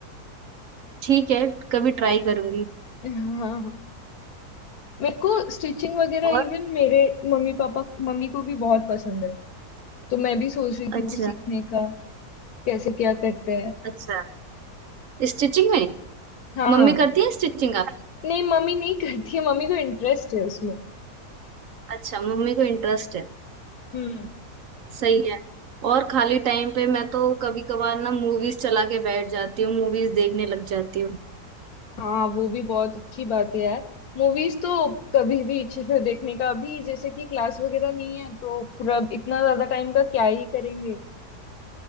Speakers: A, on the right (about 60°); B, on the left (about 70°).
A: ठीक है कभी ट्राई करूंगी
B: हाँ हाँ मेरे को स्टिचिंग वगैरह
A: और
B: इवन मेरे मम्मी पापा मम्मी को भी बहुत पसंद है तो मैं भी सोच रही थी
A: अच्छा
B: वो सीखने का कैसे क्या करते हैं
A: अच्छा स्टिचिंग में
B: हाँ
A: मम्मी करती है स्टिचिंग आप
B: नहीं मम्मी नहीं करती है मम्मी को इंटरेस्ट है उसमें
A: अच्छा मम्मी को इंटरेस्ट है
B: हम्म
A: सही है और खाली टाइम पे मैं तो कभी कभार ना मूवीज चला के बैठ जाती हूँ मूवीज देखने लग जाती हूँ
B: हाँ वो भी बहुत अच्छी बात है यार मूवीज तो कभी भी इच्छा है देखने का अभी जैसे कि क्लास वगैरह नहीं है तो पूरा इतना ज्यादा टाइम का क्या ही करेंगे